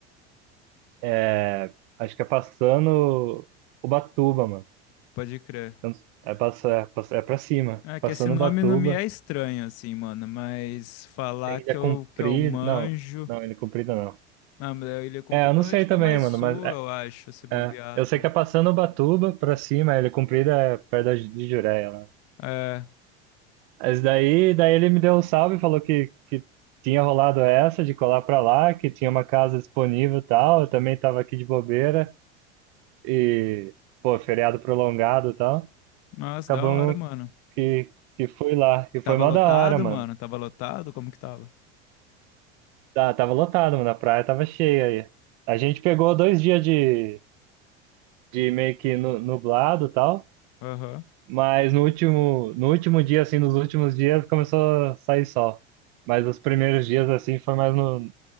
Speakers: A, on the right (about 60°); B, on the left (about 45°).
A: é, acho que é passando Ubatuba, mano.
B: Pode crer.
A: Então, Aí passa, é passa, é pra cima.
B: É que
A: Passando
B: esse nome
A: Ubatuba,
B: não me é estranho, assim, mano, mas falar
A: tem
B: que
A: Ilha Comprida.
B: eu, que eu manjo.
A: Não, não, Ilha Comprida não.
B: Não, mas a Ilha Comprida
A: É, eu não
B: eu
A: sei
B: acho que
A: também,
B: é mais
A: mano,
B: sul,
A: mas é,
B: eu acho, se bobear,
A: é. eu sei que é passando Ubatuba pra cima, a Ilha Comprida é perto da de Jureia lá.
B: né? É.
A: Mas daí, daí ele me deu um salve e falou que, que tinha rolado essa de colar pra lá, que tinha uma casa disponível e tal. Eu também tava aqui de bobeira e, pô, feriado prolongado e tal.
B: Nossa,
A: Acabamos
B: da hora, mano.
A: que, que fui lá.
B: E
A: E
B: tava
A: foi mó
B: lotado,
A: da hora, mano.
B: mano? Tava lotado? Como que tava?
A: Tá, tava lotado, mano. A praia tava cheia aí. A gente pegou dois dias de, de meio que nu- nublado e tal,
B: Aham.
A: mas no último, no último dia, assim, nos últimos dias começou a sair sol. Mas os primeiros dias, assim, foi mais no,